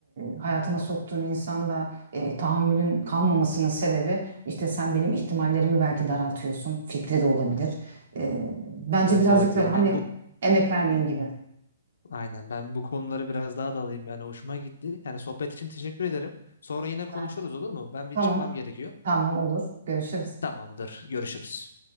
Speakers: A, on the right; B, on the left.
A: e, hayatına soktuğun insanda e, tahammülün kalmamasının sebebi işte sen benim ihtimallerimi belki daraltıyorsun. Fikri de olabilir. E, bence
B: Evet
A: birazcık
B: evet
A: da
B: ya.
A: hani
B: Ben bu
A: emek vermeyeyim gibi.
B: Aynen ben bu konuları biraz daha dalayım yani hoşuma gitti. Yani sohbet için teşekkür ederim. Sonra yine konuşuruz
A: Ha,
B: olur mu? Ben bir
A: Tamam,
B: çıkmam gerekiyor.
A: tamam olur. Görüşürüz.
B: Tamamdır. Görüşürüz.